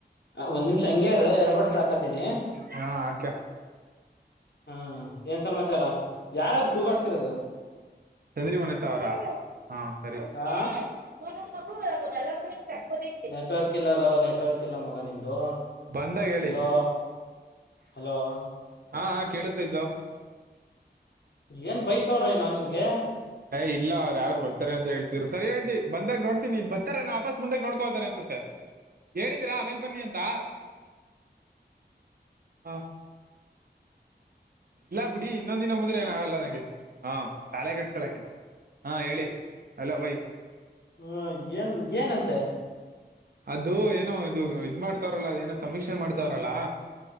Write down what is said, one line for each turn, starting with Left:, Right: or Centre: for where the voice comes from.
Left: ಒಂದ್ ನಿಮಿಷ ಹಂಗೆ ಇರು ಎರಬಡ್ಸ್ ಹಾಕತಿನಿ
Right: ಹಾ ಹಾಕ್ಯಾ
Left: ಹಾ ಏನ್ ಸಮಾಚಾರ ಯಾರದ ಕೂಗಾಡ್ತಿರದು.
Right: ಟಗರಿ ವನಿತಾವರಾ ಹಾ ಸರಿ
Left: ಆ
Right: <unintelligible>
Left: ನೆಟ್ವರ್ಕ್ ಇಲ್ಲಲ್ಲೊ ನೆಟ್ವರ್ಕ್ ಇಲ್ಲ ಮಗ ನಿಂದು
Right: ಬಂದಾಗ ಹೇಳಿ
Left: ಹಲೋ ಹಲೋ
Right: ಹಾ ಹಾ ಕೇಳಿಸತೈತಲೋ
Left: ಏನ್ ಬೈತವ್ರೇನೋ ನಿನ್ಗೆ
Right: ಯ್ ಇಲ್ಲ ಅವ್ರ್ ಯಾರೋ ಬರ್ತಾರೆ ಅಂತ ಹೇಳ್ತಿದ್ರು ಸರಿ ಆಂಟಿ ಬಂದಾಗ ನೋಡ್ತನಿ ಈಗ ಬತ್ತರೇನೋ ವಾಪಸ್ ಮುಂದಗ ನೋಡ್ಕೋ ಹೋಯ್ತಾರ ಅನ್ಸತ್ತೆ ಹೇಳಿದೀರಾ ಆಮೇಲ್ ಬನ್ನಿ ಅಂತ ಹ ಇಲ್ಲಾ ಬಿಡಿ ಇನ್ನೊಂದ್ ದಿನ ಬಂದ್ರು ಏನಾಗಲ್ಲ ನಂಗೆ ಹಾ ತಲೆ ಕೆಡಸ್ಕಳಂಗಿಲ್ಲ ಹಂ ಹೇಳಿ ಅಲೋ ಬೈ
Left: ಹ್ಮ ಏನ್ ಏನಂತೆ
Right: ಅದು ಏನೋ ಇದು ಇದ್ ಮಾಡ್ತವಾರಲ್ಲ ಅದ ಏನೋ ಸಮೀಕ್ಷೆ ಮಾಡ್ತವರಲ್ಲಾ